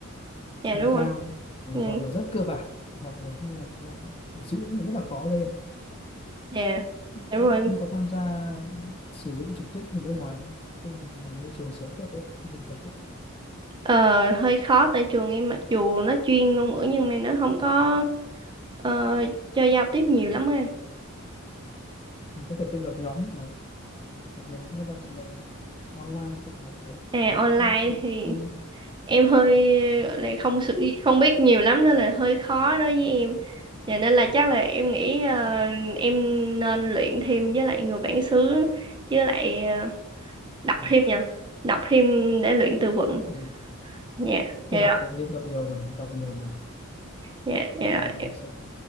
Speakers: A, on the right (about 20°); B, on the left (about 25°).
A: dạ
B: nâng
A: đúng
B: cao
A: rồi
B: là
A: Ừ,
B: hoặc là rất cơ bản hoặc là, là, là, là giữ nó rất là khó lên
A: dạ đúng
B: em
A: rồi
B: em có tham gia sử dụng trực tiếp người nước ngoài không? tức là, là môi trường sống thật đấy môi trường thật đấy
A: Ờ, hơi khó tại trường em mặc dù nó chuyên ngôn ngữ nhưng mà nó không có ờ, cho giao tiếp nhiều lắm á anh.
B: em có thể tự lập nhóm mà lập nhóm các bạn là online tự học với
A: À online
B: viết tự
A: thì
B: tin
A: em hơi gọi là không sử không biết nhiều lắm nên là hơi khó đối với em. Và nên là chắc là em nghĩ ờ, em nên luyện thêm với lại người bản xứ với lại ờ, đọc
B: ừ.
A: thêm nha. Đọc thêm để luyện từ vựng.
B: ừ.
A: Dạ, dạ
B: tự đọc
A: rồi,
B: tự nhiên đọc nhiều và đọc nhiều mình,
A: dạ, dạ
B: mình
A: rồi.
B: sẽ